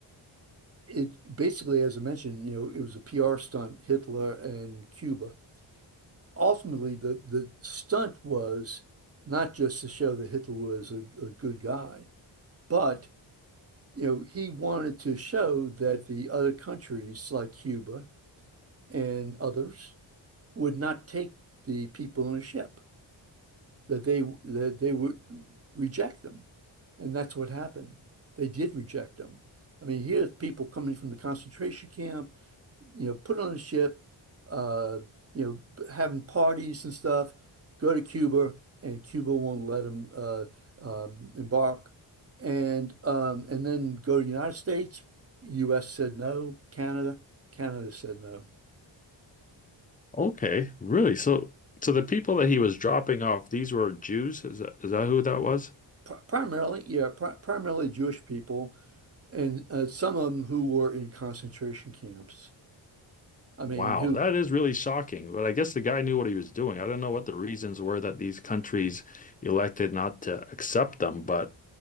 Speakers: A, on the right; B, on the left.
A: it basically, as I mentioned, you know, it was a PR stunt, Hitler and Cuba ultimately the the stunt was not just to show that Hitler was a, a good guy, but you know he wanted to show that the other countries like Cuba and others would not take the people in a ship, that they that they would reject them, and that's what happened. They did reject them. I mean, here's people coming from the concentration camp you know, put on a ship, uh, you know, having parties and stuff, go to Cuba, and Cuba won't let them uh, um, embark, and um, and then go to the United States. U.S. said no. Canada, Canada said no.
B: Okay, really? So, so the people that he was dropping off, these were Jews? Is that is that who that was?
A: Pri primarily, yeah, pri primarily Jewish people, and uh, some of them who were in concentration camps. I mean,
B: Wow,
A: who
B: that is really shocking. But I guess the guy knew what he was doing. I don't know what the reasons were that these countries elected not to accept them, but